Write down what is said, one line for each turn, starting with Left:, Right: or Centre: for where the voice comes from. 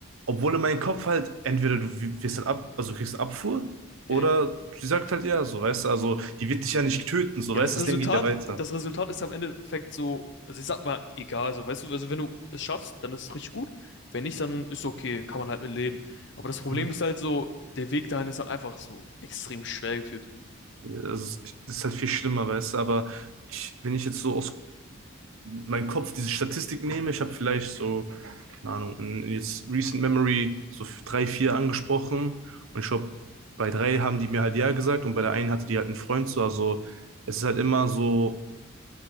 Right: obwohl in meinem Kopf halt, entweder du wirst halt ab, also du kriegst eine Abfuhr, oder
Left: yeah.
Right: sie sagt halt ja, so, weißt du, also die wird dich ja nicht töten, so,
Left: Ja,
Right: weißt
Left: das
Right: du,
Left: Resultat,
Right: das Leben geht ja weiter.
Left: das Resultat ist am Endeffekt so, also ich sag mal, egal, so, weißt du, also wenn du es schaffst, dann ist es richtig gut. Wenn nicht, dann ist okay, kann man halt mit leben. Aber das Problem
Right: Mhm.
Left: ist halt so, der Weg dahin ist halt einfach so extrem schwer geführt.
Right: Also, es ist halt viel schlimmer, weißt du, aber ich, wenn ich jetzt so aus meinem Kopf diese Statistik nehme, ich habe vielleicht so keine Ahnung, in jetzt Recent Memory so drei, vier angesprochen. Und ich glaube, bei drei haben die mir halt ja gesagt und bei der einen hatte die halt einen Freund so. Also es ist halt immer so